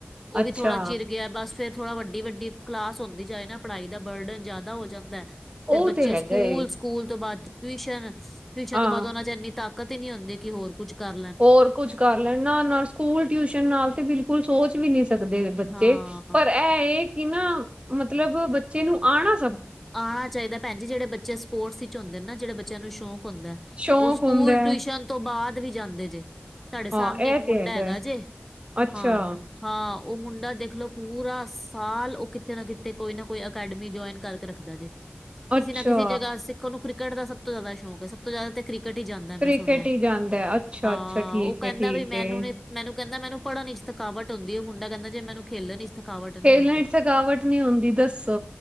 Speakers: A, in the centre; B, on the right (about 25°).
A: ਉਹ
B: ਅੱਛਾ
A: ਵੀ ਥੋੜਾ ਚਿਰ ਗਿਆ। ਬਸ ਫਿਰ ਥੋੜਾ ਵੱਡੀ-ਵੱਡੀ ਕਲਾਸ ਹੁੰਦੀ ਜਾਏ ਨਾ। ਪੜ੍ਹਾਈ ਦਾ ਬਡਨ ਜ਼ਿਆਦਾ ਹੋ ਜਾਂਦਾ। ਫਿਰ
B: ਉਹ
A: ਬੱਚੇ
B: ਤੇ ਹੈਗਾ
A: ਸ
B: ਏ
A: ਸਕੂਲ ਤੋਂ ਬਾਅਦ ਟਵੀਸ਼ਨ। ਟਵੀਸ਼ਨ
B: ਹਾਂ
A: ਤੋਂ ਬਾਅਦ ਉਹਨਾ 'ਚ ਇੰਨੀ ਤਾਕਤ ਈ ਨੀ ਹੁੰਦੀ। ਕਿ ਹੋਰ ਕੁੱਝ ਕਰ ਲੈਣ।
B: ਹੋਰ ਕੁਝ ਕਰ ਲੈਣ। ਨਾ-ਨਾ ਸਕੂਲ ਟਿਊਸ਼ਨ ਨਾਲ ਤੇ ਬਿਲਕੁਲ ਸੋਚ ਵੀ ਨੀ ਸਕਦੇ ਬੱਚੇ।
A: ਹਾਂ
B: ਪਰ ਐਹ ਏ ਕਿ ਨਾ, ਮਤਲਬ ਬੱਚੇ ਨੂੰ ਆਣਾ ਸ
A: ਆਣਾ ਚਾਹੀਦਾ ਭੈਣਜੀ। ਜਿਹੜੇ ਬੱਚੇ ਸਪੋਟਸ ਇੱਚ ਹੁੰਦੇ ਨਾ, ਜਿਹੜੇ ਬੱਚਿਆਂ ਨੂੰ ਸ਼ੌਕ ਹੁੰਦਾ
B: ਸ਼ੌਕ
A: ਉਹ ਸਕੂਲ
B: ਹੁੰਦਾ ਹੈ
A: ਟਵੀਸ਼ਨ ਤੋਂ ਬਾਅਦ ਵੀ ਜਾਂਦੇ ਜੇ। ਸਾਡੇ ਸਾਹਮਣੇ
B: ਹਾਂ ਇਹ
A: ਇੱਕ
B: ਤੇ
A: ਮੁੰਡਾ ਹੈਗਾ
B: ਹੈ।
A: ਜੇ,
B: ਅੱਛਾ
A: ਹਾਂ। ਹਾਂ, ਉਹ ਮੁੰਡਾ ਦੇਖਲੋ ਪੂਰਾ ਸਾਲ। ਉਹ ਕਿਤੇ ਨਾ ਕਿਤੇ, ਕੋਈ ਨਾ ਕੋਈ, ਅਕੈਡਮੀ ਜੁਆਇੰਨ ਕਰਕੇ ਰੱਖ ਰੱਖਦਾ ਜੇ। ਕਿਸੀ
B: ਅੱਛਾ
A: ਨਾ ਕਿਸੀ ਜਗ੍ਹਾ ਸਿੱਖਣ ਨੂੰ, ਕ੍ਰਿਕਟ ਦਾ ਸਭ ਤੋਂ ਜ਼ਿਆਦਾ ਸ਼ੌਕ ਐ। ਸਭ ਤੋਂ ਜ਼ਿਆਦਾ ਕਿ੍ ਘਟੀ ਜਾਂਦਾ ਮੈਂ
B: ਕ੍ਰਿਕਟ
A: ਸੁਣਿਆ।
B: ਹੀ ਜਾਂਦਾ ਹੈ ਅੱਛਾ
A: ਹਾਂ,
B: ਅੱਛਾ ਠੀਕ
A: ਉਹ ਕਹਿੰਦਾ
B: ਹੈ ਠੀਕ
A: ਵੀ ਮੈਨੂੰ
B: ਹੈ
A: ਨੀ ਮੈਨੂੰ ਕਹਿੰਦਾ, ਮੈਨੂੰ ਪੜ੍ਹਨ ਇਚ ਥਕਾਵਟ ਹੁੰਦੀ ਏ। ਮੁੰਡਾ ਕਹੰਦਾ ਜੇ ਮੈਨੂੰ ਖੇਲਣ ਥਕਾਵਟ ਨਹੀਂ
B: ਖੇਲਣ
A: ਹੁੰਦੀ
B: 'ਚ ਥਕਾਵਟ ਨੀ ਹੁੰਦੀ ਦੱਸੋ।